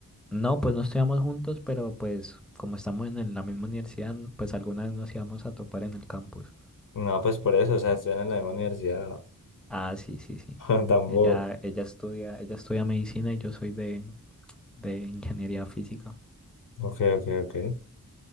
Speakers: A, in the centre; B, on the left.
A: No, pues no estudiamos juntos, pero pues como estamos en el- la misma universidad, pues alguna vez nos íbamos a topar en el campus.
B: No, pues por eso, o sea, estudian en la misma universidad.
A: Ah, sí, sí, sí.
B: <laughs> Tampoco.
A: Ella, ella estudia, ella estudia medicina y yo soy de, de ingeniería física.
B: Ok, ok, ok.